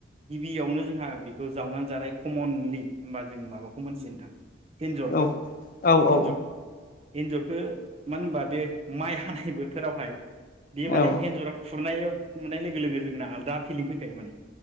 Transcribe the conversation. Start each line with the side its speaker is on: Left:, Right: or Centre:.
Right: गिबियावनो जोंहा बेखौ जावनानै जानाय कमनलि होनबा जों माबाखौ मोनथि नोंथां एन्जरखौ
Left: औ औ
Right: एन्जर
Left: औ
Right: एन्जरखौ मानो होनबा बे माइ हानाय बोथोरावहाय बे माने
Left: औ
Right: एन्जरा खुरनाय नुनाय लोगो लोगो लोगो जोंना आलदा फिलिं फैखायो माने